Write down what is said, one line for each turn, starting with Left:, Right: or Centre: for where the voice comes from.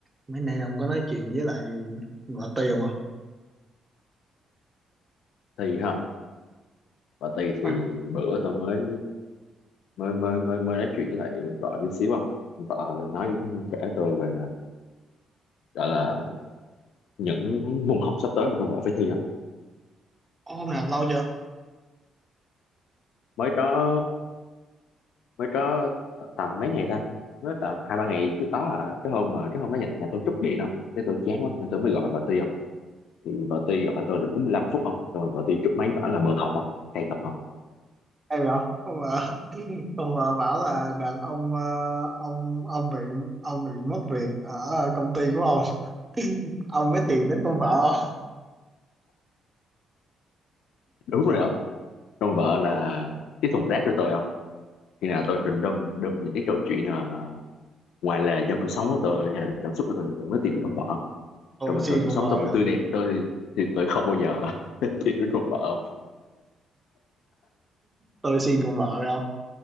Right: mấy nay ông có nói chuyện với lại bà Tì không à?
Left: thi không và thi
Right: À,
Left: thì bữa tao mới mới mới mới mới nói chuyện với lại vợ đi xíu không vợ nói kể tôi về gọi là những môn học sắp tới mà trong vợ phải thi không
Right: hôm nào lâu chưa?
Left: mới có mới có t- tầm mấy ngày ta mới tầm hai ba ngày trước đó à cái hôm mà cái hôm đó nhà, nhà tôi trúc điện không thế tôi chán quá nên tôi mới gọi vợ ti không thì vợ ti gọi tôi được đúng 15 phút không xong rồi vợ ti trúc máy bảo là mượn học không hay thật không
Right: Hay rồi ông mà <laughs> ông mà bảo là đợt ông ờ, ông ông bị ông bị mất việc ở công ty của ông <laughs> ông mới tìm đến con vợ không
Left: đúng rồi không trong vợ là cái thùng rác của tôi không khi nào tôi trình đâm đâm những cái câu chuyện là ngoài là trong cuộc sống của tôi hay là cảm xúc của tôi thì tôi mới tìm đến thùng vợ
Right: tôi
Left: còn bình
Right: xin
Left: thường cuộc
Right: con
Left: sống
Right: vợ
Left: tôi mà
Right: rồi
Left: tươi đẹp với tôi thì thì tôi không bao giờ <laughs> tìm đến thùng vợ
Right: tôi xin con vợ rồi không